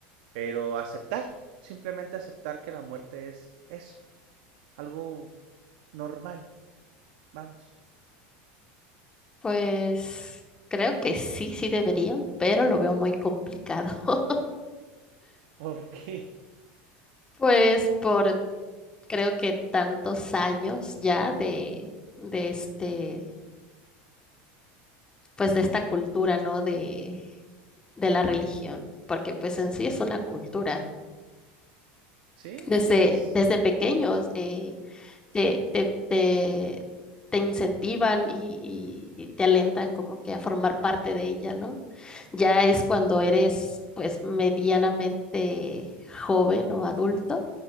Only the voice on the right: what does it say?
pero aceptar, simplemente aceptar que la muerte es eso, algo normal, vamos.
¿Por qué?
Sí,
es.
Ujú,